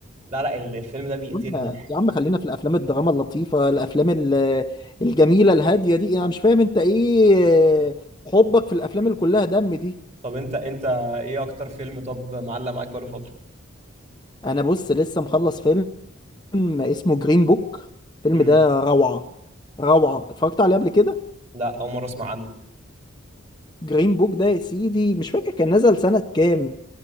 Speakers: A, on the right; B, on the left.
A: لا لا ال- الفيلم ده بيقتلني
B: قلنا
A: ضحك
B: يا عم خلينا في الافلام الدراما اللطيفه الافلام ال- الجميله الهاديه دي انا مش فاهم انت ايه حبك في الافلام اللي كلها دم دي
A: طب انت انت ايه اكتر فيلم طب معلق معاك بقاله فتره
B: انا بص لسه مخلص فيلم اسمه جرين بوك الفيلم
A: امم
B: ده روعه روعه اتفرجت عليه قبل كده
A: لا اول مره اسمع عنه
B: جرين بوك ده يا سيدي مش فاكر كان نزل سنه كام